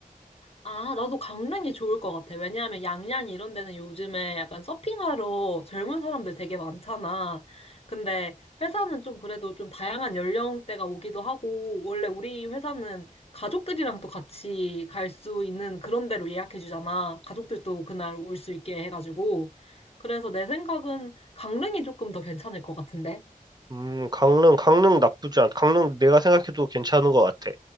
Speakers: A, on the left; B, on the right.
A: 아, 나도 강릉이 좋을 것 같아. 왜냐하면 양양 이런 데는 요즘에 약간 서핑하러 젊은 사람들 되게 많잖아. 근데 회사는 좀 그래도 좀 다양한 연령대가 오기도 하고, 원래 우리 회사는 가족들이랑 또 같이 갈 수 있는 그런 데로 예약해 주잖아. 가족들도 그날 올 수 있게 해가지고. 그래서 내 생각은 강릉이 조금 더 괜찮을 것 같은데.
B: 음, 강릉, 강릉 나쁘지 않, 강릉 내가 생각해도 괜찮은 것 같아.